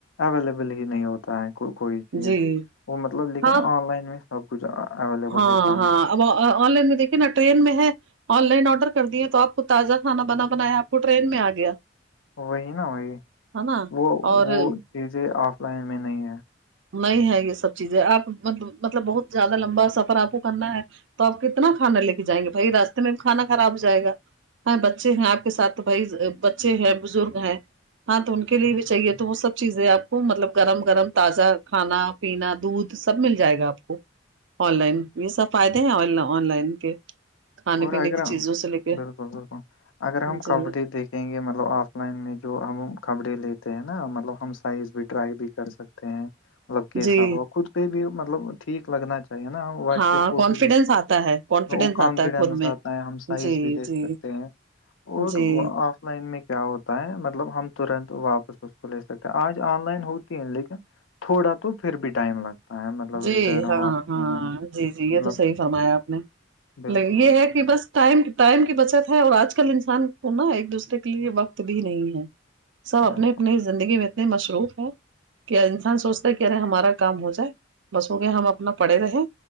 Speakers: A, on the left (about 80°); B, on the right (about 70°).
A: اویلیبل ہی نہیں ہوتا ہوتا کو کوئی چیز
B: جی
A: وہ مطلب لیکن
B: ہاں
A: آن لائن میں سب کچھ اویلیبل
B: ہاں
A: ہوتا ہے
B: ہاں اب آن لائن میں دیکھیے نا ٹرین میں ہے آن لائن آرڈر کر دیے تو آپ کو تازہ کھانا بنا بنایا آپ کو ٹرین میں آ گیا
A: وہی نا وہی
B: ہے نا
A: وہ
B: اور
A: وہ چیزیں آف لائن میں نہیں ہے
B: نہیں ہے یہ سب چیزیں آپ مطلب بہت زیادہ لمبا سفر آپ کو کرنا ہے تو آپ کتنا کھانا لے کے جائیں گے بھائی راستے میں بھی کانا خراب ہو جائے گا <unintelligible> ہ بچے ہیں آپ کے سات تو بھائی بچے ہیں بزرگ ہیں ہاں تو ان کے لیے بھی چاہیے تو وہ سب چیزیں آپ کو مطلب گرم گرم تازہ کھانا پینا دودھ سب مل جائے گا آپ کو آن لائن یہ سب فائدے ہیں آن لائن کے کھانے
A: اور
B: پینے
A: اگر
B: کی چیزوں سے لے کے
A: بالکل بالکل اگر ہم
B: جی
A: کبڈی دیکھ کہیں گے مطلب آف لائن میں جو ہم کپڑے لیتے ہیں نا مطلب ہم سائز بھی ٹرائی بھی کر سکتے مطلب کیسا
B: جی
A: ہو خود پہ بھی مطلب ٹھیک لگنا چاہ نا وائ
B: ہاں
A: پ فوٹو
B: کانفیڈینس آتا ہے کانفیڈینس
A: کان
B: آتا ہے
A: نظر
B: خود میں
A: آتا ہے ہم سائز
B: جی
A: بھی دیکھ
B: جی
A: سکتے ہیں اور
B: جی
A: آف لائن میں کیا ہوتا ہے مطلب ہم ترنت واپس اس کو لے سکتے ہیں آج آن لائن ہوتی ہے لیکن تھوڑا تو پھر بھی ٹائم لگتا ہے مطلب
B: جی
A: ریٹرن
B: ہاں
A: واپس
B: ہاں
A: لینے میں
B: جی جی
A: مطلب
B: یہ تو صحی فرمایا آپ نے
A: بالکل
B: ل یہ
A: بالکل
B: ہے کہ بس ٹائم ٹائم کی بچت ہے اور آج کل انسان نا ایک دوسرے کے لیے وقت بھی نہیں ہے سب اپنے
A: بالکل
B: اپنے زندگی میں اتنی مصروف ہے کہ انسان سوچتا ہے کہ ارے ہمارا کام ہو جائے بس ہو گ ہم اپنا پڑے رہے